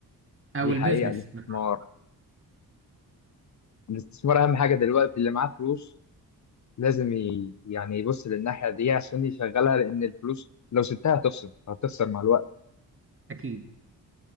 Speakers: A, on the right; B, on the left.
A: او
B: دي
A: البيزنس
B: حقيقه الاستثمار
A: بمعنى-
B: الاستثمار اهم حاجه دلوقتي اللي معاه فلوس لازم ي... يعني يبص للناحية دي عشان يشغلها لأن الفلوس لو سبتها هتخسر هتخسر مع الوقت
A: اكيد